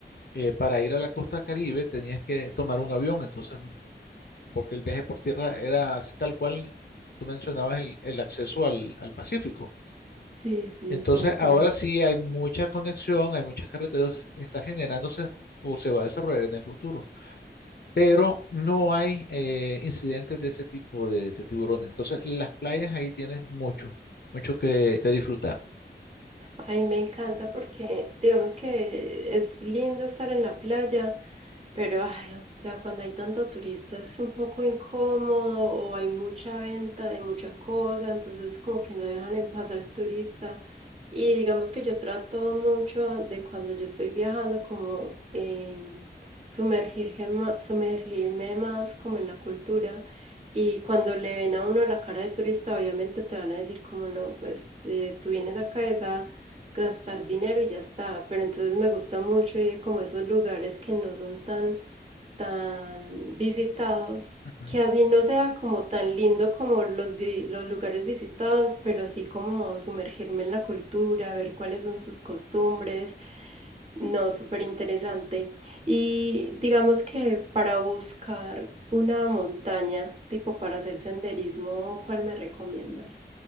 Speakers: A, on the left (about 60°); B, on the right (about 35°).
A: eh, para ir a la costa Caribe tenías que tomar un avión, entonces, porque el viaje por tierra era así tal cual tú mencionabas el, el acceso al al Pacífico.
B: Sí, sí,
A: Entonces,
B: tal cual.
A: ahora sí hay mucha conexión, hay muchas carreteras, está generándose o se va a desarrollar en el futuro, pero no hay eh, incidentes de ese tipo de, de tiburones. Entonces, las playas ahí tienes mucho, mucho que, que disfrutar.
B: Ay, me encanta porque digamos que es lindo estar en la playa, Pero, ay, o sea, cuando hay tanto turista es un poco incómodo o hay mucha venta de mucha cosa, entonces como que no dejan en paz al turista. Y digamos que yo trato mucho de cuando yo estoy viajando como eh, sumergirme, ma- sumergirme más como en la cultura. Y cuando le ven a uno la cara de turista, obviamente te van a decir como no, pues eh, tú vienes acá es a gastar dinero y ya está. Pero entonces me gusta mucho ir como a esos lugares que no son tan tan visitados,
A: Ujú.
B: que así no sea como tan lindo como los, vi- los lugares visitados, pero sí como sumergirme en la cultura, ver cuáles son sus costumbres. No, súper interesante. Y digamos que para buscar una montaña, tipo para hacer senderismo, ¿cuál me recomiendas?